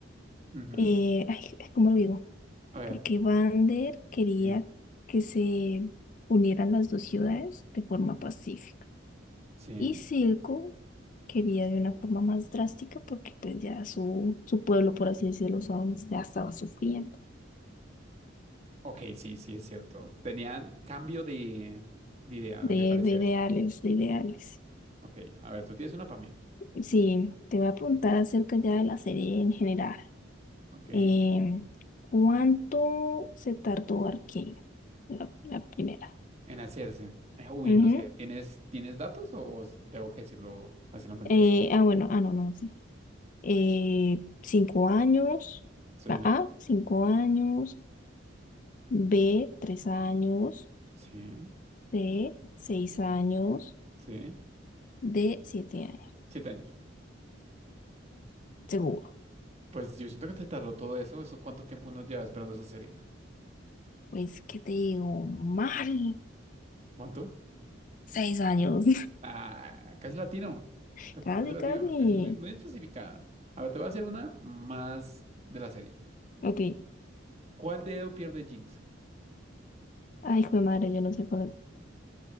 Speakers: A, on the right; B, on the left.
A: Ujú.
B: Eh, ay, ¿cómo lo digo?
A: A ver,
B: Porque Vander quería
A: sí.
B: que se unieran las dos ciudades de forma pacífica.
A: Sí.
B: Y Silco quería de una forma más drástica porque pues ya su, su pueblo, por así decirlo, Sound, ya estaba sufriendo
A: Ok, sí, sí, es cierto. Tenían cambio de, de idea,
B: de,
A: de pareceres.
B: de ideales, de ideales.
A: Ok, a ver, tú tienes una para mí.
B: Sí, te voy a preguntar acerca ya de la serie en general.
A: Ok.
B: eh ¿cuánto se tardó Arcane? La, la primera.
A: En hacerse. Eh, uy,
B: Ujú.
A: no sé. ¿Tienes, tienes datos o, o tengo que decirlo así la fantasía?
B: Eh, ah, bueno, ah, no, no. sí. eh, cinco años,
A: Sí,
B: la A, cinco años, B, tres años,
A: sí,
B: C, seis años,
A: sí.
B: D, siete años,
A: Siete años.
B: seguro.
A: Pues yo siento que te tardó todo eso. ¿Eso cuánto tiempo uno lleva esperando esa serie?
B: Pues, ¿qué te digo? Mal,
A: ¿Cuánto?
B: seis años,
A: Ah, casi latino.
B: <laughs>
A: C- Casi latino.
B: casi, casi.
A: Es muy, muy especificada. A ver, te voy a hacer una más de la serie.
B: Ok,
A: ¿Cuál dedo pierde Jinx?
B: ay, hijo de madre, yo no sé cuál es.